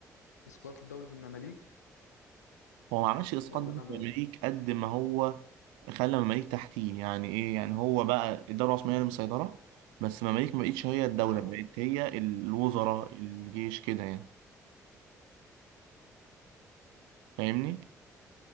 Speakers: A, on the left; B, on the right.
A: اسقاط لدولة المماليك
B: هو ما عملش إسقاط
A: ولا
B: دولة
A: انا بقى
B: المماليك قد ما هو خلى المماليك تحتيه يعني إيه يعني هو بقى الدولة العثمانية اللي مسيطرة بس المماليك ما بقتش هي الدولة
A: هو
B: بقت هي الوزراء الجيش كده يعني فاهمني؟